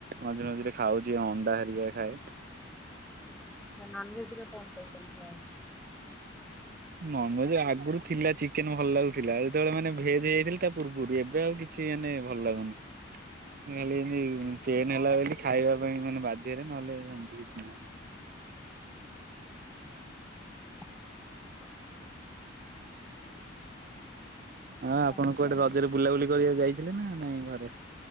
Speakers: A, on the right; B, in the centre.
A: ମଝିରେ ମଝିରେ ଖାଉଛି ଅଣ୍ଡା ହୋରିକା ଖାଏ।
B: ନନଭେଜରେ କଣ ପସନ୍ଦ ହୋମ?
A: ନନଭେଜ ଆଗରୁ ଥିଲା ଚିକେନ ଭଲ ଲାଗୁଥିଲା ଯେତେବେଳେ ମାନେ ଭେଜ ହେଇଯାଇଥିଲା ତା ପୂର୍ବରୁ ଏବେ ଆଉ କି ଚି ମାନେ ଭଲ ଲାଗୁନି। ଖାଲି ଏମତି ପେନ୍ ହେଲା ବୋଲି ଖାଇବା ପାଇଁ ମାନେ ବାଧ୍ୟରେ ନହେଲେ ଏମିତି କିଛି ନାହିଁ।
B: କ
A: ହ ଆପଣ
B: ଚାଲିଛି
A: କୁଆଡେ
B: ଆଉ
A: ରଜରେ ବୁଲାବୁଲି କରିବାକୁ ଯାଇଥିଲେ ନା ନାଇଁ ଘରେ?